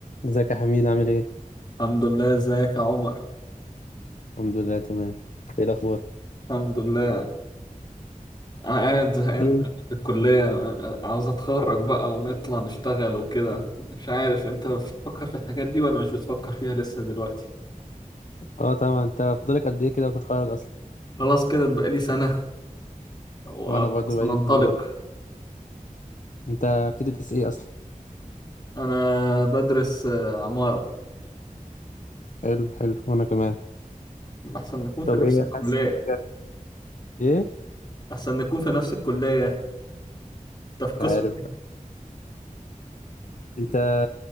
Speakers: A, on the left (about 65°); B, on the left (about 30°).
A: ازيك يا حميد عامل ايه؟
B: الحمد لله ازيك يا عمر
A: الحمد لله تمام ايه الاخبار؟
B: الحمد لله انا قاعد زهقان
A: ايه
B: في الكلية عاوز اتخرج بقى ونطلع نشتغل وكده مش عارف انت بتفكر في الحاجات دي ولا مش بتفكر فيها لسه دلوقتي
A: اه طبعا انت فاضلك قد ايه كده وتتخرج اصلا
B: خلاص كده بقى لي سنة وخلاص
A: وانا برضه بقالي
B: هننطلق
A: سنة برضه انت بتدرس ايه اصلا؟
B: انا بدرس آه، عمارة
A: حلو حلو وانا كمان
B: احسن نكون
A: طب
B: في نفس
A: ايه
B: الكلية
A: حاسس انك ايه؟
B: احسن نكون في نفس الكلية انت في
A: مش
B: قسم
A: عارف بقى. انت